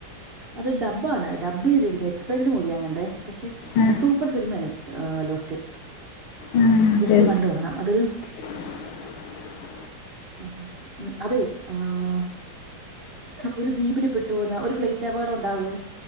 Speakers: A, on the right; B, on the left.
A: അത് ഡബാണ് ഡബെയ്തിക്ക്ന്നെ എക്സ്പെൻഡ് മൂവ്യാ കണ്ടേ പക്ഷെ
B: ആഹ്
A: സൂപ്പർ സിനിമേണ്. ആഹ് ലോസ്റ്റ്
B: ആഹ്
A: ജസ്റ്റ്
B: ശരി
A: കണ്ടോകണം അതൊര്
B: <inaudible>
A: ആഹ് ഉം അതേയ് ആഹ് ഒരു ദ്വീപില് പെട്ട് പോവുന്ന ഒരു ഫ്ലൈറ്റപകടം ഉണ്ടാവുകയും